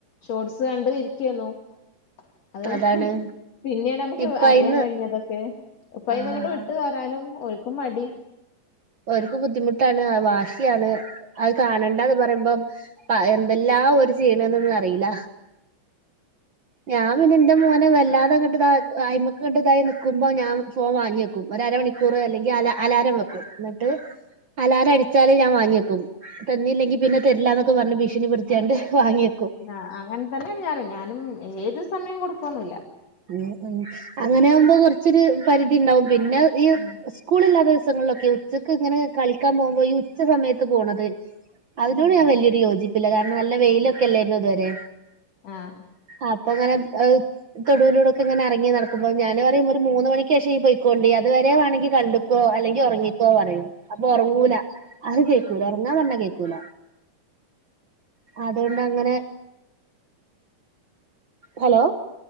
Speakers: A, on the left; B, on the right.
A: ഷോർട്സ് കണ്ട് ഇരിക്കേന്നു അത്
B: അതാണ്
A: പിന്നെയാണ് നമ്മുക്ക്
B: ഇപ്പ
A: അറിയാൻ
B: അയിന്ന്
A: കഴിഞ്ഞതൊക്കെ ആപ്പൊ അയി
B: ആഹ്
A: നിങ്ങട്ട് വിട്ട് വരാനും ഓൽക്കു മടി
B: ഓര്ക്ക് ബുദ്ധിമുട്ടാണ് വാശിയാണ് അത് കാണണ്ടന്ന് പറമ്പം അഹ് എന്തെല്ലാ ഓര് ചെയ്യ്ണ്ന്ന്ന്നു അറില്ല ഞാൻ പിന്നെ എന്റെ മോനെ വല്ലാ ങ്ങട്ട്തായി അയിമ്മക്ക്ണ്ട് തായി നിക്കുമ്പോ ഞാൻ ഫോൺ വാങ്ങി വെക്കും ഒരരമണിക്കൂർ അല്ലെങ്കി അല അലാരം വെക്കും ട്ട് അലാര അടിച്ചാല് ഞാൻ വാങ്ങിവേക്കും തന്നില്ലെങ്കി പിന്നെ തരില്ല എന്നൊക്കെ പറഞ്ഞ് ഭിഷ്ണിപ്പെടുത്തിആണ്ട് വാങ്ങിവേക്കും
A: ആഹ് അങ്ങനെ തന്നെയാണ് ഞാനും ഞാനും ഏത് സമയം കൊടുക്കൊന്നില്ല
B: ഉം ഉം അങ്ങനെ ആമ്പോ കൊറച്ചൊരു പരിധി ഇണ്ടാവും പിന്നെ ഈ
A: ഉം
B: സ്കൂളില്ലാത ദി സങ്ങൾലൊക്കെ ഉച്ചക്ക് ങ്ങനെ കളിക്കാൻ പോഉമ്പോ ഈ ഉച്ച സമയത്ത് പോണത് അതിനോട്
A: ആഹ്
B: ഞാൻ വല്ല്യോരു യോജിപ്പില്ല. കാരണം നല്ല വെയിലൊക്കെ അല്ലായിരുന്നോ ഇതുവരെ?
A: ആഹ്
B: ആപ്പങ്ങനെ അഹ് തൊടുവിലൂടെക്കെ ഇങ്ങനെ ഇറങ്ങി നടക്ക്മ്പോ ഞാന് പറയും ഒരു മൂന്ന് മണിക്കേഷം ഇയ്യ് പൊയിക്കോണ്ടി. അത് വരെ വേണെങ്കി കണ്ട്ക്കോ അൽ ങ്കി ഒറങ്ങിക്കോ പറയും. അപ്പൊ ഒറങ്ങൂല. അഹ് കേക്കൂല
A: ആഹ്
B: ഒറങ്ങാൻ പറഞ്ഞാ കേക്കൂല. അതോണ്ട് അങ്ങനെ ഹലോ